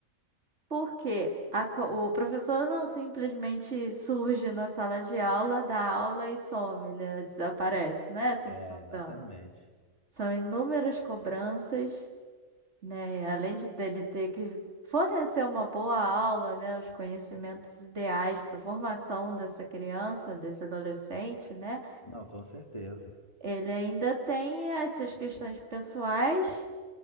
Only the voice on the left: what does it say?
É,
exatamente.
Não, com certeza.